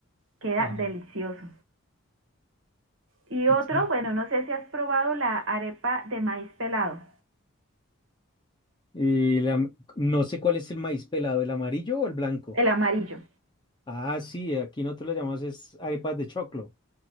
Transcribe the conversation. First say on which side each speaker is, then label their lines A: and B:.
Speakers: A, on the right; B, on the left.
A: Queda
B: Ah,
A: delicioso. Y
B: y
A: otro,
B: sí.
A: bueno, no sé si has probado la arepa de maíz pelado,
B: Y la- no sé cuál es el maíz pelado, ¿el amarillo o el blanco?
A: el amarillo.
B: Ah, sí, aquí nosotros lo llamamos es arepas de choclo.